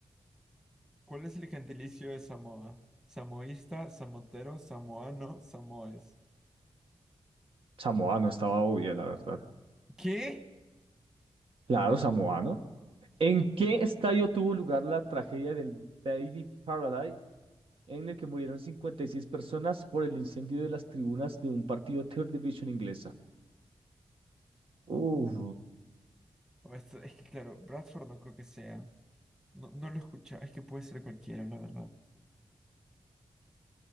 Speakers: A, in the centre; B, on the right.
A: ¿Cuál es el gentilicio de Samoa? Samoísta, samotero, samoano, samoes.
B: Samoa no estaba obvia, la verdad.
A: ¿Qué?
B: Claro, Samoa, ¿no? ¿En qué estadio tuvo lugar la tragedia del Bailey Paradise, en el que murieron 56 personas por el incendio de las tribunas de un partido Third Division inglesa? Uf.
A: O esto- Es que claro, Bradford no creo que sea. No, no lo escucha. Es que puede ser cualquiera, la verdad.